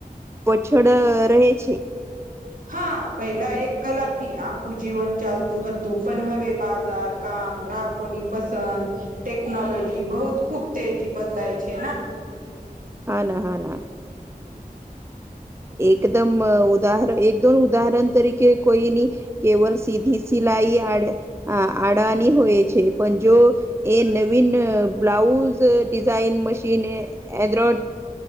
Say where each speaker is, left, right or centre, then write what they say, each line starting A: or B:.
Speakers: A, on the right; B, on the right.
A: પોછડ રહે છે.
B: હા પહેલા એક કલાથી આખું જીવન ચાલતું હતું પણ હવે બાજાર કામ ગ્રાહકો ની પસંદ ટેકનોલોજી બહુત ખુબ તેજી બદલાય છે.
A: હા ના હા ના. એકદમ ઉદાહરણ એક દોન ઉદાહરણ તરીકે કોઈની. કેવલ સીધી સિલાઈ આડવાની હોય છે પણ જો એવી ઇન બ્લાઉઝ ડિઝાઇન મશીન એન્ડડોન